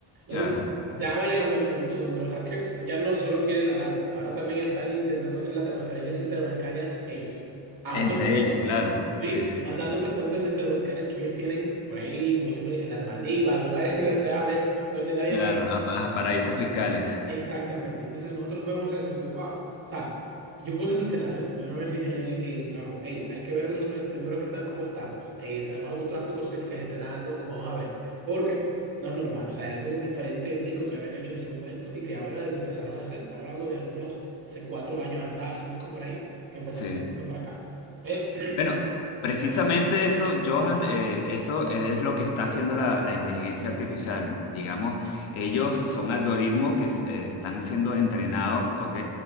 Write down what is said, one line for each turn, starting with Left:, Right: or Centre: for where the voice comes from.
Right: Entonces,
Left: claro.
Right: Estamos llegando al punto donde los hackers ya no solo quieren la data, ahora también están intentando hacer las transferencias interbancarias ellos, a
Left: Entre
Right: otros bancos,
Left: ellos, claro.
Right: sí,
Left: Sí, sí,
Right: mandándose
Left: sí.
Right: cuentas interbancarias que ellos tienen por ahí, como siempre dicen, las Maldivas, lugares <laughs> inrastreables donde nadie
Left: Claro,
Right: va a
Left: a, a paraísos fiscales.
Right: Exactamente. Entonces nosotros vemos eso y digo, wow. O sea, yo puse ese escenario, de una vez dije allá en, en el trabajo, hey, hay que ver nosotros primero qué tal, cómo estamos. Hey, tenemos algún tráfico Swift que se esté dando, vamos a ver. Porque no es normal. O sea, hay algo diferente, único que habían hecho en ese momento y que ahora lo empezaron a hacer. Estamos hablando de algunos, hace cuatro años atrás, cinco por ahí, que empezaron
Left: Sí.
Right: de esto para acá. Eh,
Left: Bueno, precisamente eso, Johan, eh, eso es lo que está haciendo la, la inteligencia artificial. Digamos, ellos son algoritmos que s- eh, están siendo entrenados, ¿ok?